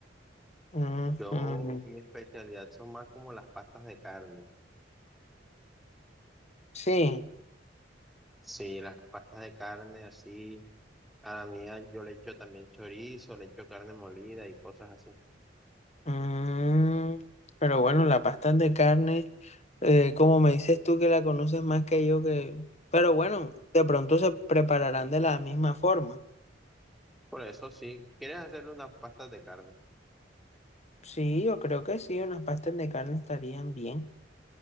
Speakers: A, on the left; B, in the centre.
A: ujú.
B: Yo, mi especialidad son más como las pastas de carne.
A: Sí.
B: Sí, las pastas de carne así, a la mía yo le echo también chorizo, le echo carne molida y cosas así.
A: mm, pero bueno, la pasta de carne. Eh, como me dices tú que la conoces más que yo, que... Pero bueno, de pronto se prepararán de la misma forma.
B: Por eso sí, ¿quieres hacerle unas pastas de carne?
A: Sí, yo creo que sí, unas pastas de carne estarían bien.